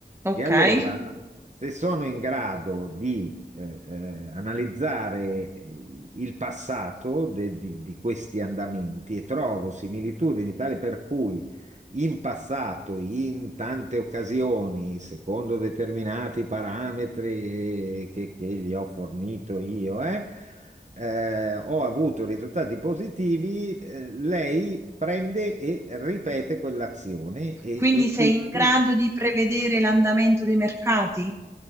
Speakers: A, on the right; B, on the right.
A: okay.
B: E allora, se sono in grado di eh, eh, analizzare eh, il passato de- di, di questi andamenti e trovo similitudini tale per cui in passato, in tante occasioni, secondo determinati parametri che, che gli ho fornito io, eh, eh, ho avuto risultati positivi, eh, lei prende e ripete quell'azione e,
A: Quindi
B: e
A: sei
B: quindi
A: in grado di prevedere l'andamento dei mercati?